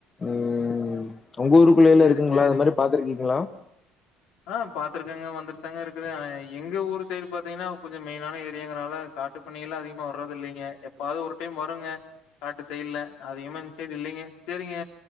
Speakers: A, on the left; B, on the left.
A: ம் உங்க ஊருக்குள்ளேலா
B: சேரி
A: இருக்குங்களா
B: சேரிங்க
A: அது மாரி பாத்துருக்கீங்களா
B: ஆ பாத்துருக்கேங்க வந்துட்தாங்க இருக்குது ஆனா எங்க ஊரு சைடு பாத்தீங்கன்னா கொஞ்ச மெயினான ஏரியாங்கிறனால காட்டு பன்னி எல்லா அதிகமா வர்றது இல்லைங்க எப்பாது ஒரு டைம் வருங்க காட்டு சைட்ல அதிகமா இந்த சைடு இல்லைங்க சேரிங்க